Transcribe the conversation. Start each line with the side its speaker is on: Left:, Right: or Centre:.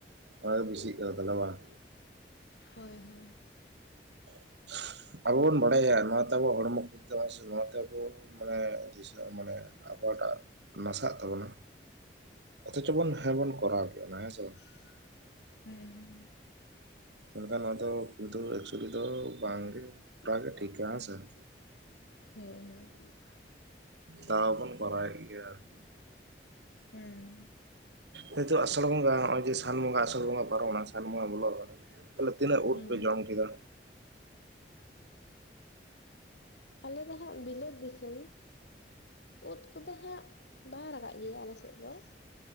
Right: ᱚᱱᱟ ᱜᱮ ᱵᱮᱥᱤᱜ ᱠᱟᱱᱟ ᱛᱟᱦᱟᱞᱮ ᱵᱟᱝ?
Left: ᱦᱳᱭ ᱦᱳᱭ।
Right: <inaudible> ᱟᱵᱚ ᱵᱚᱱ ᱵᱟᱲᱟᱭᱟ, ᱱᱚᱣᱟᱛᱮ ᱟᱵᱚ ᱦᱚᱲᱢᱚ ᱠᱷᱚᱛᱤ ᱛᱟᱵᱚᱱᱟ, ᱥᱮ ᱱᱚᱣᱟᱛᱮ ᱟᱵᱚ ᱢᱟᱱᱮ ᱪᱟ ᱢᱟᱱᱮ ᱟᱵᱚᱦᱟᱜ ᱴᱟᱜ ᱱᱟᱥᱟᱜ ᱛᱟᱵᱚᱱᱟ ᱚᱛᱷᱚᱪᱚ ᱵᱚᱱ ᱦᱮᱸ ᱵᱚᱱ ᱠᱚᱨᱟᱣ ᱠᱮᱜᱼᱟ, ᱦᱮᱸ ᱵᱟᱝ
Left: ᱦᱮᱸ ᱾
Right: ᱚᱱᱠᱟ ᱱᱚᱣᱟ ᱫᱚ ᱠᱤᱱᱛᱩ ᱮᱠᱪᱩᱭᱟᱞᱤ ᱫᱚ ᱵᱟᱝᱜᱮ ᱠᱚᱨᱟᱣ ᱜᱮ ᱴᱷᱤᱠᱟ ᱦᱮᱸ ᱥᱮ ᱾
Left: ᱦᱳᱭ ᱦᱳᱭ ᱾
Right: ᱛᱟᱣ ᱦᱚᱸ ᱵᱚᱱ ᱠᱚᱨᱟᱣ ᱮᱫ ᱜᱮᱭᱟ ᱟᱨᱠᱤ ᱾
Left: ᱦᱩᱸ ᱾
Right: ᱱᱤᱛᱚᱜ ᱟᱥᱟᱲ ᱵᱚᱸᱜᱟ ᱱᱚᱜᱼᱚᱭ ᱡᱮ ᱥᱟᱱ ᱵᱚᱸᱜᱟ ᱟᱥᱟᱲ ᱵᱚᱸᱜᱟ ᱯᱟᱨᱚᱢᱱᱟ ᱥᱟᱱ ᱵᱚᱸᱜᱟ ᱵᱚᱞᱚᱜ ᱟᱠᱟᱱᱟ ᱾ ᱛᱟᱦᱚᱞᱮ ᱛᱤᱱᱟᱹᱜ ᱳᱫ
Left: ᱦᱩᱸ
Right: ᱯᱮ ᱡᱚᱢ ᱠᱮᱫᱟ?
Left: ᱟᱞᱮ ᱫᱚ ᱦᱟᱜ ᱵᱤᱞᱟᱹᱛ ᱫᱤᱥᱚᱢ ᱾ ᱳᱫ ᱠᱚᱫᱚ ᱦᱟᱸᱜ ᱵᱟᱝ ᱨᱟᱠᱟᱵ ᱜᱮᱭᱟ, ᱟᱞᱮ ᱥᱮᱫ ᱫᱚ ᱾